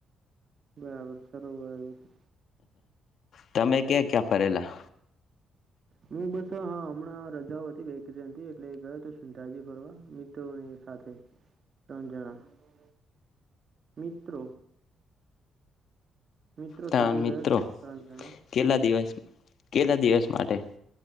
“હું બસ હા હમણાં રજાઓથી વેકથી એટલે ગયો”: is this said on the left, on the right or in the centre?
Right